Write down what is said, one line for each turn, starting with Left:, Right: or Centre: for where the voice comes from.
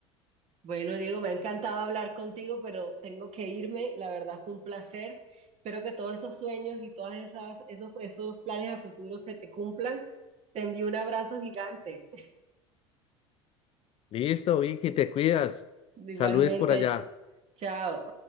Right: Bueno, Diego, me ha encantado hablar contigo, pero tengo que irme. La verdad fue un placer. Espero que todos esos sueños y todas esas, esos, esos planes a futuro se te cumplan. Te envío un abrazo gigante.
Left: Listo, Vicky, te cuidas.
Right: <laughs> Igualmente,
Left: Saludes por allá.
Right: chao.